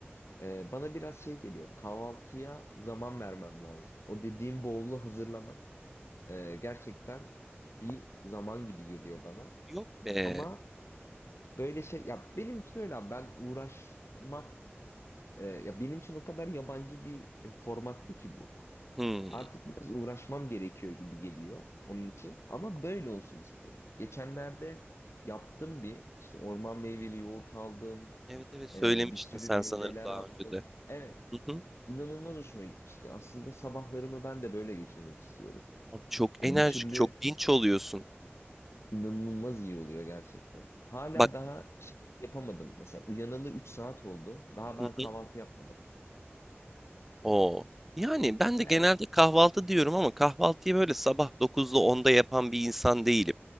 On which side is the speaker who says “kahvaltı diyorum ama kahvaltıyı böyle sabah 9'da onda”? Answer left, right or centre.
Centre